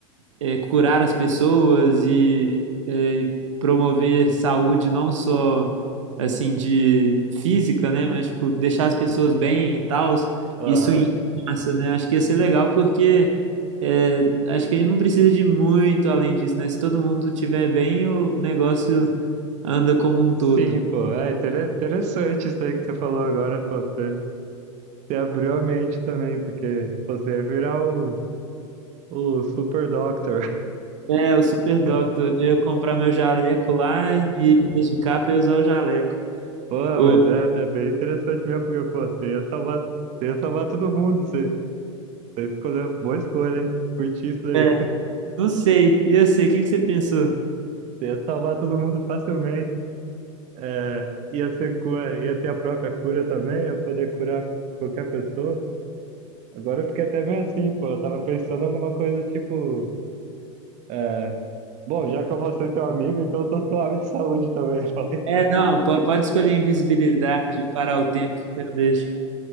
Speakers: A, on the right; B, on the right.
A: é, curar as pessoas e é, promover saúde não só assim de física, né, mas tipo deixar as pessoas bem e tal.
B: Aham.
A: Isso em massa, né? Acho que ia ser legal porque é, acho que a gente não precisa de muito além disso, né? Se todo mundo tiver bem, o negócio anda como um todo.
B: Sim, pô. É inter- interessante isso aí que você falou agora, pô. Você, você abriu a mente também, porque você ia virar o, o Super Doctor.
A: É, o Super
B: <laughs>
A: Doctor. Eu ia comprar meu jaleco lá e me dedicar para usar o jaleco.
B: Pô,
A: O-
B: mas é, é bem interessante mesmo, porque, pô, você ia salvar, você ia salvar todo mundo. Você, você escolheu, boa escolha, hein? Curti isso aí.
A: é,
B: <laughs>
A: Não sei. E eu sei, o que que você pensou?
B: Você ia salvar todo mundo facilmente. É, ia ser, cu- ia ter a própria cura também, ia poder curar qualquer pessoa. Agora eu fiquei até meio assim, pô. Eu tava pensando em alguma coisa tipo. É, bom, já que eu vou ser teu amigo, então eu tô suave de saúde também. <laughs> Falei.
A: É, não, po- pode escolher invisibilidade, parar o tempo, eu deixo.